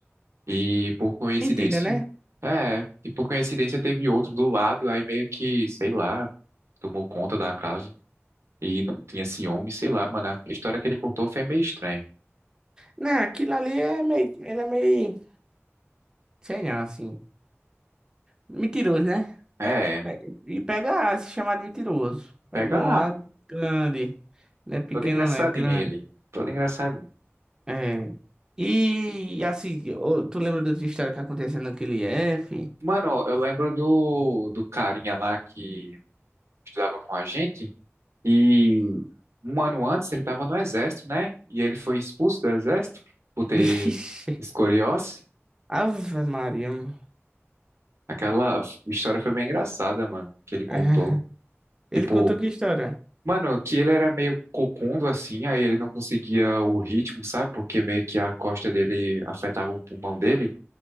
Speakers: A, on the right; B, on the right.
A: E por coincidência,
B: Mentira, né?
A: é, e por coincidência teve outro do lado, aí meio que, sei lá, tomou conta da casa. E não- tinha ciúme, sei lá, mano. A história que ele contou foi meio estranha.
B: Não, aquilo ali é meio. Ele é meio. Sei não, assim. Mentiroso, né?
A: É,
B: É, E pega A, se chamar de mentiroso. Pega
A: pega
B: um A grande. Não é pequeno,
A: Todo engraçadinho
B: não é grande.
A: ele. Todo engraçadinho.
B: É. E assim, ô, tu lembra da outra história que aconteceu naquele F?
A: Mano, eu lembro do, do carinha lá que estudava com a gente. E um ano antes ele tava no exército, né? E ele foi expulso do exército por ter
B: <laughs> Vixe.
A: escoliose.
B: Ave Maria. <laughs> mano.
A: Aquela história foi bem engraçada, mano, que ele contou.
B: É. Ele
A: Tipo,
B: contou que história?
A: mano, que ele era meio cocundo assim, aí ele não conseguia o ritmo, sabe? Porque meio que a costa dele afetava o pulmão dele.